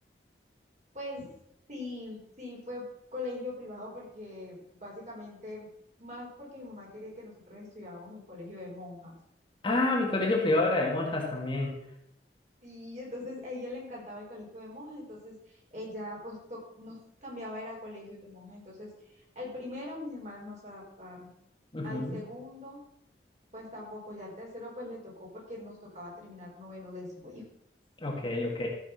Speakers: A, on the right (about 40°); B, on the left (about 30°).
A: pues sí, sí fue colegio privado porque básicamente, más porque mi mamá quería que nosotros estudiáramos en colegio de monjas.
B: Ah, mi colegio privado era de monjas también.
A: Sí, entonces a ella le encantaba el colegio de monjas, entonces ella pues to- nos cambiaba era a colegios de monjas. Entonces, al primero mis hermanas no se adaptaron,
B: Ujú.
A: al segundo pues tampoco, ya al tercero pues le tocó porque nos tocaba terminar noveno, décimo y <laughs>
B: Ok, ok.